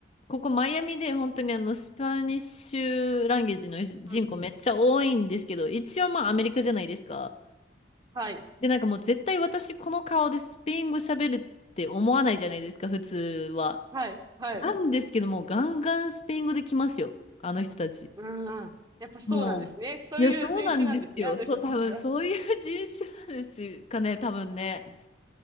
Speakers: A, on the left; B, on the right.
A: ここマイアミで本当にあの、スパニッシュランゲージの人口めっちゃ多いんですけど、
B: うんうん。
A: 一応まあアメリカじゃないですか。
B: はい。
A: で、なんかもう絶対私この顔でスペイン語喋るって思わないじゃないですか、普通は。
B: はい。はい。
A: なんですけども、ガンガンスペイン語で来ますよ。あの人たち。
B: うん。やっぱそうなんですね。
A: もう。
B: そういう人種なんですね、
A: いや、そうなんですよ。
B: あの人たちは。
A: そう、多分そういう人種なんですかね、多分ね。